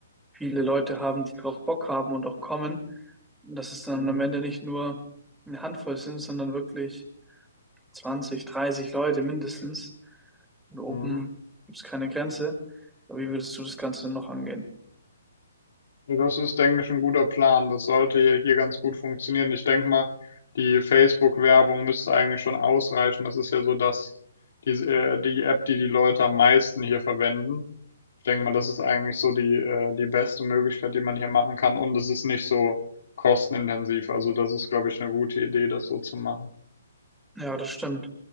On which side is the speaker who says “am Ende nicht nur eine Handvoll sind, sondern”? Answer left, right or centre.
Centre